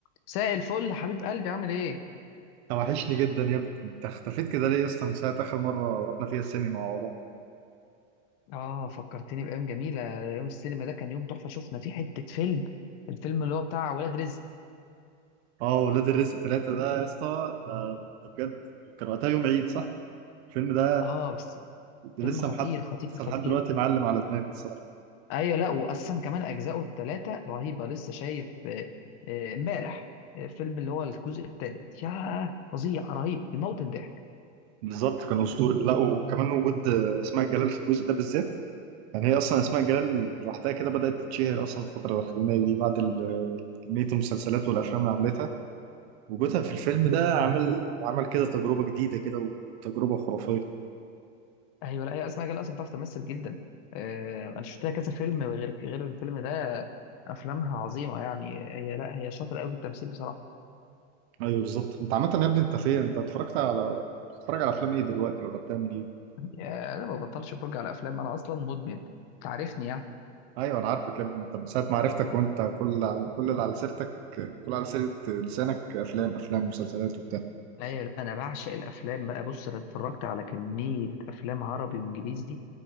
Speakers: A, on the left; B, on the right.
A: مساء الفل حبيب قلبي عامل ايه؟
B: توحشني جدا يا ابني انت اختفيت كده ليه يا اسطى من ساعه اخر مره رحنا فيها السينما مع بعض
A: اه فكرتني بأيام جميلة يوم السينما ده كان يوم تحفة شفنا فيه حتة فيلم الفيلم اللي هو بتاع ولاد رزق
B: اه ولاد الرزق ثلاثة ده يا اسطى ده ده بجد كان وقتها يوم عيد صح الفيلم ده
A: اه بس
B: ده
A: فيلم
B: لسه
A: خطير
B: محد
A: خطير
B: لسه
A: خطير
B: لحد دلوقتي معلم على دماغي الصراحه
A: ايوه لا وأصلا كمان أجزاؤه التلاتة رهيبة لسه شايف آه، آه، امبارح آه، فيلم اللي هو الجزء التالت ياه فظيع رهيب بيموت من الضحك
B: بالظبط كان اسطوري لا وكمان وجود اسماء جلال في الجزء ده بالذات يعني هي اصلا اسماء جلال لوحدها كده بدات تتشهر اصلا الفتره الاخرانيه دي بعد ال- كميه المسلسلات والافلام اللي عملتها وجودها في الفيلم ده عمل عمل كده تجربه جديده كده وتجربه خرافيه
A: ايوه لا هي أسماء جلال أصلا بتعرف تمثل جدا آه، أنا شفت لها كذا فيلم غير غير الفيلم ده أفلامها عظيمة يعني هي لا هي شاطرة قوي في التمثيل بصراحة
B: ايوه بالظبط انت عامه يا ابني انت فين انت اتفرجت على بتتفرج على افلام ايه دلوقتي ولا بتعمل ايه
A: يا انا ما ببطلش اتفرج على افلام انا اصلا مدمن تعرفني يعني
B: ايوه انا عارفك يا ابني انت من ساعه ما عرفتك وانت كل كل اللي على سيرتك كل على سيره لسانك افلام افلام مسلسلات وبتاع
A: ايوه لا انا بعشق الافلام بقى بص انا اتفرجت على كميه افلام عربي وانجليزي